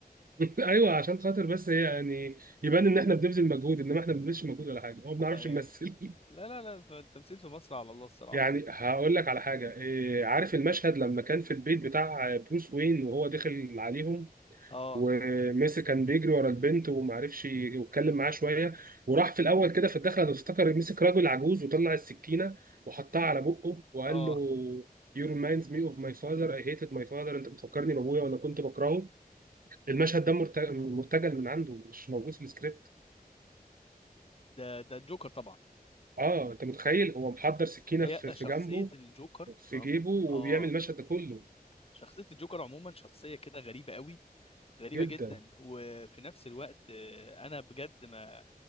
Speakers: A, on the right; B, on the left.
A: <laughs> ايوه عشان خاطر بس هي يعني يبان ان احنا بنبذل مجهود انما احنا ما بنبذلش مجهود ولا حاجه هو ما بنعرفش
B: <laughs> أي-
A: نمثل
B: لا لا لا فالتمثيل في مصر على الله
A: <laughs>
B: الصراحه
A: يعني هقول لك على حاجه إيه، عارف المشهد لما كان في البيت بتاع بروس وين وهو داخل عليهم
B: اه
A: وميسي كان بيجري ورا البنت وما عرفش ي- يتكلم معاه شويه وراح في الاول كده في الدخله افتكر مسك راجل عجوز وطلع السكينه وحطها على بقه وقال
B: اه
A: له You reminds me of my father I hated my father انت بتفكرني بابويا وانا كنت بكرهه المشهد ده مرت- مرتجل من عنده مش موجود في السكريبت
B: ده ده الجوكر طبعا
A: اه انت متخيل هو محضر سكينه
B: هي
A: في في
B: شخصيه
A: جنبه
B: الجوكر
A: في
B: عمو
A: جيبه وبيعمل
B: اه
A: المشهد ده كله
B: شخصية الجوكر عموما شخصية كده غريبة قوي غريبة
A: جدا
B: جدا وفي نفس الوقت آه، انا بجد ما